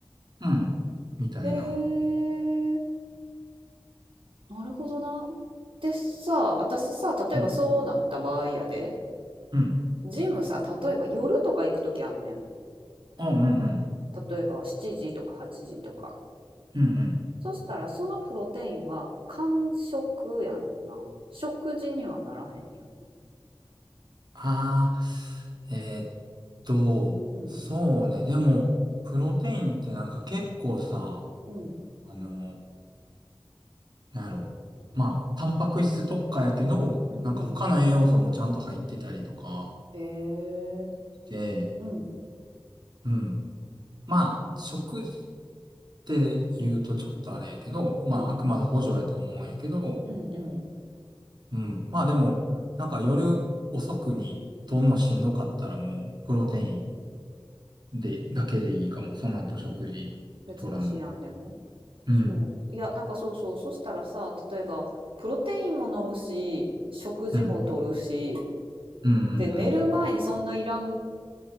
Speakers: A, on the right; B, on the right.
A: うん、みたいな。
B: へえ、なるほどな。でさ、私さ、例えばそうなった場合やで、
A: うん、うん。
B: ジムさ、例えば夜とか行くときあんねん。
A: あ、うん、うん、
B: 例えば7時とか8時とか。
A: うん、うん。
B: そしたらそのプロテインは間食やんな。食事にはならへんやん。
A: ああ、えーっと、
B: うん、
A: そうね。でも、プロテインってなんか結構さ、
B: うん、
A: あの、なんやろ。まあ、タンパク質特化やけど、
B: うんうんうん。
A: なんか他の栄養素もちゃんと入ってたりとか
B: へえ。
A: で、
B: うん、
A: うん。まあ、食事って言うとちょっとあれやけど、まあ、
B: うん、
A: あくまで補助やと思うんやけど、
B: うんうん。
A: うん。まあでも、なんか夜遅くにとんのしんどかったらもう、プロテイン。
B: うん。
A: で、だけでいいかも。その後食事取らんで。
B: 別にシアンでも
A: うん、
B: そう。いや、なんかそうそう、そしたらさ、例えば、プロテインも飲むし、食事もとるし、
A: うん、うん、うん、
B: で、寝る前にそんないらん